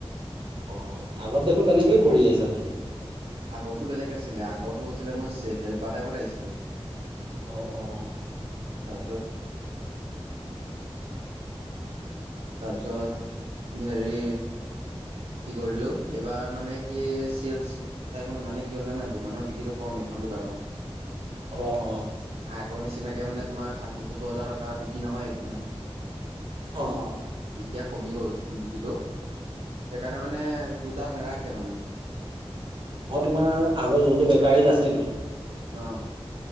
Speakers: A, on the right (about 50°); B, on the right (about 75°).
A: অ' আগত দেখোন তেনেকেই কৰি আহিছা তুমি।
B: আগৰটো বেলেগ আছিলে, আগটো আছিলে মই হেল্পাৰ টাইপত আহিছিলোঁ।
A: অঁ অঁ'
B: তাৰপিছত, তাৰপিছত হেৰি, কি কৰিলো এইবাৰ মানে কি চেলচ তাইপ মানে কি হ'ল জানা দোকানৰ বিক্ৰীটো কম এইখন দোকানৰ।
A: অ অ'
B: আগৰ নিচিনাক মানে তোমাৰ ষাঠি, সত্তৰ হাজাৰ টকা বিক্ৰী নহয় একদিনত।
A: অ'
B: এতিয়া কমি গ'ল বিকিটো, সেইকাৰণে মানে দুটা নাৰাখে মানে।
A: মই তোমাৰ আগৰ যোনটো বেকাৰীত আছিলো
B: অ'